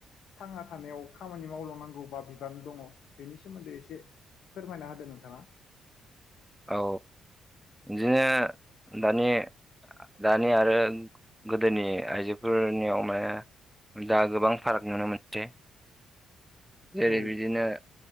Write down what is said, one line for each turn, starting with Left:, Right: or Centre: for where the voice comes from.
Left: थांना थानायाव खामानि मावलंनांगौ बा बिबान दङ बेनि सोमोन्दै एसे फोरमायना होदो नोंथाङा
Centre: औ जोङो दानि दानि आरो गोदोनि आइजोफोरनियाव माने दा गोबां फाराग नुनो मोनसै। जेरै
Left: औ
Centre: बिदिनो